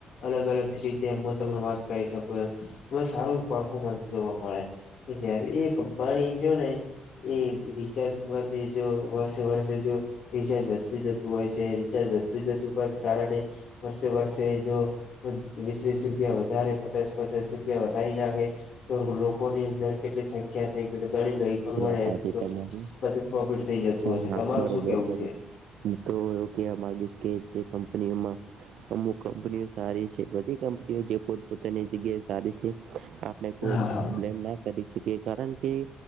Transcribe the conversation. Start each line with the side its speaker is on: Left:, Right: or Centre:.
Left: અલગ-અલગ સીરીતે એ તને વાત કરી સકું એમ સારુ પરફોમન્સ જોવા મળે. જયારે એ કંબાણી રીયો ને એ રિચાર્જમાંથી જો વર્ષે-વર્ષે જો રિચાર્જ વધતું જતું હોય સે રિચાર્જ વધુ જતું બસ કારણે એ જ વર્ષે-વર્ષે જો વીસ-વીસ રૂપિયા વધારે પચાસ-પચાસ રૂપિયા વધારી નાખે તો લોકોની અંદર કેટલી સંખ્યા છે કે ઘણી લઈ પ્રમણે
Right: વાત સાચી
Left: તો
Right: તમારી
Left: બધુ પ્રોફિટ થઈ જતું
Right: હા
Left: હશે.
Right: હા
Left: તમારું
Right: બરોબર
Left: શું કેવું
Right: બરોબર
Left: છે?
Right: તો એયુ કેવા માગેશ કે જે કંપનીઓમાં અમુક કંપનીઓ સારી છે બધી કંપનીઓ જે પોત પોતાની જગ્યા સારી છે, આ ને કોઈક
Left: હા હા
Right: બ્લેમ ના કરી શકે કારણ કે